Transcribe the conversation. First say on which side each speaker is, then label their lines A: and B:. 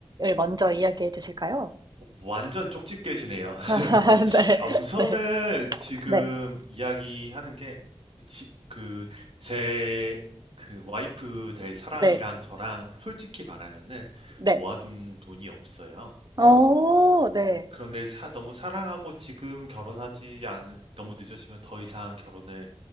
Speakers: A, on the right; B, on the right.
A: 먼저 이야기해 주실까요?
B: 완전 쪽집 게시네요
A: <laughs>
B: <laughs>
A: 네.
B: 아, 우선은
A: 네.
B: 지금
A: 네.
B: 이야기하는 게, 지- 그, 제, 그 와이프 될 사람이랑
A: 네.
B: 저랑 솔직히 말하면은
A: 네.
B: 모아둔 돈이 없어요.
A: 어 네.
B: 그런데 사- 너무 사랑하고 지금 결혼하지 않, 너무 늦어지면 더 이상 결혼을,